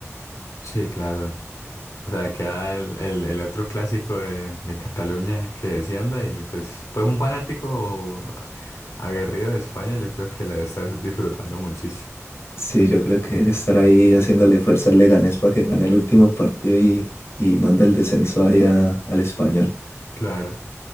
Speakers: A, on the left; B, on the left.
A: sí, claro. O sea, queda el, el, el otro clásico de, de Cataluña que descienda y pues, pues un fanático aguerrido de España yo creo que la debe estar disfrutando muchísimo.
B: Sí, yo creo que estar ahí haciéndole fuerza al Leganés para que gane el último partido y, y manda el descenso allá al español.
A: Claro.